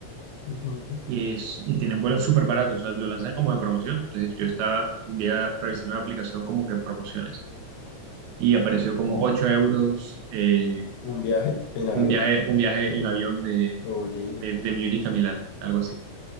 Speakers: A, on the left; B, on the right.
A: Ujú.
B: y, es, y tienen vuelos súper baratos, o sea, lo lanzan como de promoción. Entonces yo estaba un día revisando la aplicación como que promociones y apareció como 8 euros eh,
A: ¿Un viaje en avión?
B: un viaje, un viaje en avión de,
A: Oye,
B: de, de Múnich a Milán, algo así.